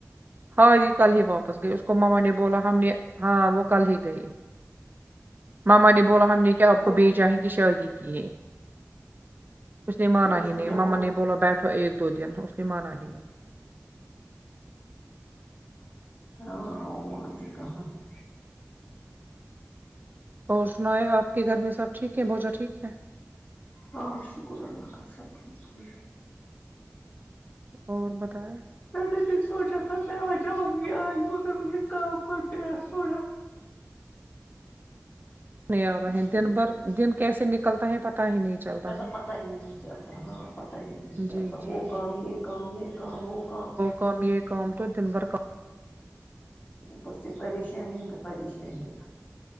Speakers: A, on the right (about 35°); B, on the left (about 35°).
A: ہاں یہ کل ہی واپس گئے اس کو ماما نے بولا ہم نے ہاں وہ کل ہی گئی ماما نے بولا ہم نے کیا آپ کو
B: وہ
A: بیےچاہیں گی شادی کی کیہ اس نے مانا
B: پھر اس
A: ہی
B: نے
A: نہیں
B: کیا
A: مما نے بولا بیٹھو ایک دو دن اس نے مانا ہی نہیں
B: ہاں وہ مانتی کہاں ہیں
A: اور سنا ہے آپ کے گھر میں سب ٹھیک ہے بچ ٹھیک ہے
B: ہ شکر اللہ کا سب ٹھیک ہے
A: اور بتائیں
B: نی مینے سونچا تھا میی اجونگی آج مگر مجھے کام لگ گیا تھوڑا
A: نہیں آ رہے
B: اس
A: ہیں
B: لیے
A: دن
B: نہیں
A: بھر
B: اساک
A: دن کیسے نکلتا ہے پتا ہی نہیں چلتا
B: تو
A: ہے
B: تو پتا ہی ہے چلتا ہاں پتہ ہی نہیں چلتا
A: جی جی
B: وہ کام
A: جی
B: یہ کام یہ کام وہ کام
A: کام یہ کام تو دن بھر کام
B: اوپر س پریشانیوں پے پریشانیں